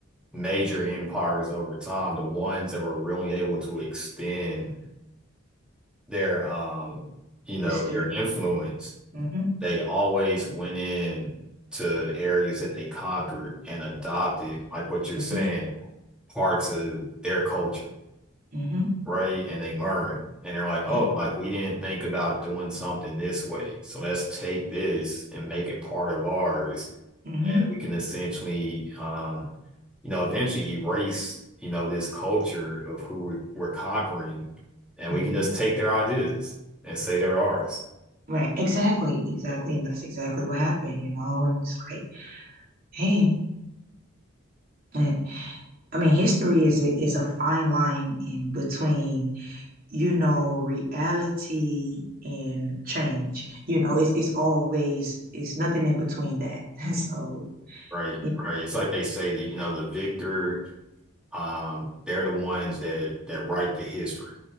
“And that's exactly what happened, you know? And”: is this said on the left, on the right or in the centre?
Right